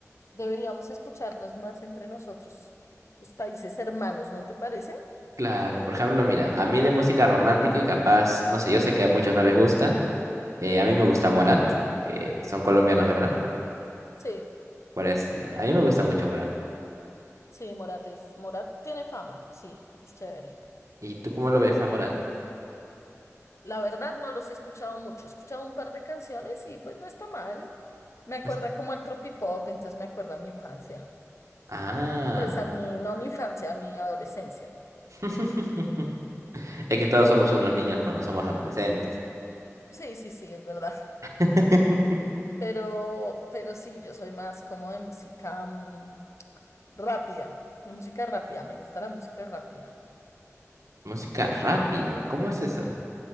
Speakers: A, on the left; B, on the right.
A: deberíamos escucharnos más entre nosotros, los países hermanos, ¿no te parece?
B: Claro, por ejemplo, mira, a mí de música romántica y capaz, no sé, yo sé que a muchos no les gusta. eh, a mí me gusta Morat, que son colombianos, ¿verdad?
A: Sí.
B: Por así, a mí me gusta mucho Morat.
A: Sí, Morat es, Morat tiene fama, sí, es chévere.
B: ¿Y tú cómo lo ves a Morat?
A: La verdad no los he escuchado mucho, he escuchado un par de canciones y pues no está mal. Me acuerda
B: Es-
A: como al tropipop, entonces me acuerda a mi infancia.
B: Ah,
A: Pues a mi, no a mi infancia, a mi adolescencia.
B: <laughs> es que todos somos unos niños cuando somos adolescentes.
A: Sí, sí, sí, es verdad.
B: <laughs>
A: <laughs> Pero, pero sí, yo soy más como de música mm, rápida, de música rápida, me gusta la música rápida.
B: Música rápida, ¿cómo es eso?